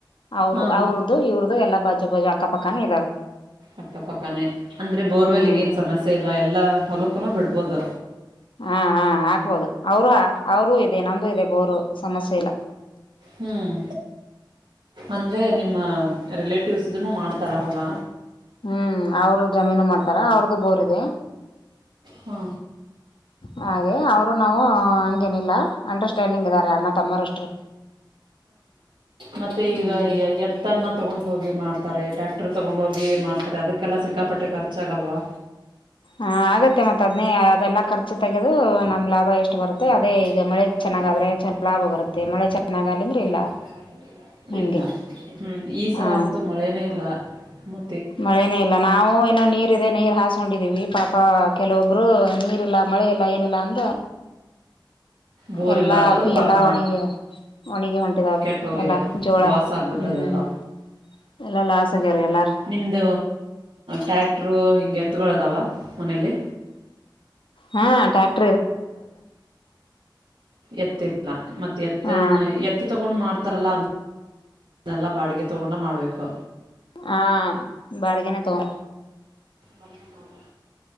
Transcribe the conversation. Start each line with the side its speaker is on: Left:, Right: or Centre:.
Left: ಅವರು
Right: ಹಾಂ
Left: ಅವ್ರದ್ದು ಇವ್ರ್ದು ಎಲ್ಲಾ ಬಜು ಬಜು ಅಕ್ಕಪಕ್ಕನ ಇದಾವ
Right: ಅಕ್ಕಪಕ್ಕನೇ ಅಂದ್ರರೆ ಬೋರ್ವೆಲ್ಗ
Left: ಹ್ಮ್
Right: ಏನು ಸಮಸ್ಯೆ ಇಲ್ಲ ಎಲ್ಲ ಹೊಲಕ್ಕುಬಿಡ್ಬೋದು
Left: ಹಾ ಹಾ ಹಾಕ್ಬೋದು ಅವರ ಅವರುೂ ಇದೆ ನಮ್ದು ಇದೆ ಬೋರು ಸಮಸ್ಯೆ ಇಲ್ಲ
Right: ಹ್ಮ್ ಅಂದ್ರೆ ನಿಮ್ಮ ರಿಲೇಟಿವ್ಸನು ಮಾಡ್ತಾರ ಅವಲ್ಲ
Left: ಹ್ಮ್ ಅವರು ಜಮೀನು ಮಾಡ್ತಾರ ಅವ್ರದ್ದು ಬೋರ್ ಇದೆ
Right: ಹ್ಮ
Left: ಹಾಗ ಅವರು ನಾವು ಹಂಗ ನಿಲ್ಲ ಅಂಡರ್ಸ್ಟ್ಯಾಂಡಿಂಗ್ ಇದಾರೆ ಅ್ಣ ತಮ್ಮರಷ್ಟರು
Right: ಮತ್ತೆ
Left: ಹ್ಮ್
Right: ಈಗ ಎತ್ತನ್ನ ತಗೊಂಡ್ ಹೋಗಿ ಮಾಡ್ತಾರೆ ಡಾಕ್ಟರ್ ತಗೊಂಡ ಹೋಗಿ ಮಾಡ್ತಾರೆ ಅದಕ್ಕೆಲ್ಲ ಸಿಕ್ಕಾಪಟ್ಟೆ ಖರ್ಚಾಗಲ್ವಾ
Left: ಹಾ ಆಗತ್ತೆ ಮತ್ತತ್ ಅದ್ನೇ ಅದೆಲ್ಲಾ ಖರ್ಚು ತೆಗೆದು ನಮ್ ಲಾಭ ಎಷ್ಟು ಬರುತ್ತೆ
Right: ಲಾಭ
Left: ಅದೇ
Right: ಎಷ್ಟು
Left: ಈಗ
Right: ಬರುತ್ತೋ
Left: ಮಳೆ ಚೆನ್ನಾಗಾದ್ರೆ
Right: ಅಮೆ
Left: ಲಾಭ
Right: ಚೆನ್ನ
Left: ಬರುತ್ತೆ ಮಳೆ
Right: ಚಲ
Left: ಚೆನ್ನಾಗಲಿಂದ್ರ
Right: ಬತ್ತೆ ಮೆ
Left: ಇಲ್ಲ
Right: ಚೆನ್ನ
Left: ಹಿಂಗೆ
Right: ಇ ಹ್ಮ್ ಈ ಸಲ
Left: ಹಾ
Right: ಅಂತೂ ಮಳೆನೇ ಇಲ್ಲ ಮ
Left: ಮಳೆನೇ ಇಲ್ಲ ನಾವು ಏನೋ ನೀರ್ ಇದೆ ನೀರ್ ಹಾಸ್ಕೊಂಡಿದ್ದೀವಿ ಪಾಪ ಕೆಲವೊಬ್ರು ನೀರ್ಲ್ಲ ಮಳೆ ಲೈನ್ ಇಲ್ಲ ಅಂದ್ರ
Right: ಬೋರ್
Left: ಎಲ್ಲಾ
Right: ಇಲ್ಲಾರ್ದವ್ರು
Left: ಪೀ
Right: ಪಾಪ
Left: ಎಲ್ಲಾ ಒಣಗ ಒಣಗಿ ಹೊಂಟಿದ
Right: ಕೆಟ್ಟು ಹೋಗಿದೆ
Left: ಎಲ್ಲಾ ಜೋಳ
Right: ಲಾಸ್ ಆಗ್ಬಿಟ್ಟದೆ
Left: ಹ್ಮ್
Right: ಎಲ್ಲ
Left: ಎಲ್ಲಲ್ಲ ಆಸೆೆಗೆರೆ ಎಲ್ಲಾರು
Right: ನಿಮ್ದ ಟ್ಯಾಕ್ಟರು ಹಿಂಗೆ ಎತ್ದಾವ ಮನಲಿ
Left: ಹಾ ಾ <unintelligible>
Right: ಎ ಮತ್ತ ಎತ್ತ
Left: ಹಾ
Right: ಎ ತೊಂಡ್ ಮಾಡ ತ್ರಲ್ಲ ಅನ್ನೆಲ್ಲ ಬಾಡಿಗೆ ತಗೊಂಡ ಮಾಡ್ಬೇಕು
Left: ಹಾ ಬಾಡಿಗೆನೆ ತುಾರ
Right: ಬಗಿನ ತಗ